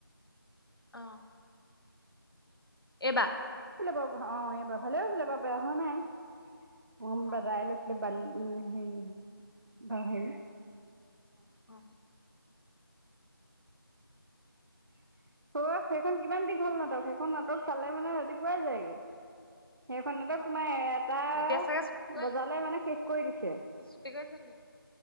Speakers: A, on the left; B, on the right.
A: অঁ এইবা
B: হৈছিলে বা ভা অঁ এইবাৰ ভালে হৈছিলে বাৰু বেয়া হোৱা নাই ভোম
A: অ
B: দাদাই লৈছিলে বালি উম হেই বাহেই
A: অ
B: <inaudible> অ সেইখন কিমান দীঘল নাটক সেইখন নাটক চালে মানে ৰাতিপুৱাই যায় গে। সেইখন নাটত তোমাৰ এ এটাহ
A: এতিয়া চাগে ছুটি কৰি
B: বজালে মানে শেষ কৰি দিছে৷
A: ছুটি কৰি থৈ দিলে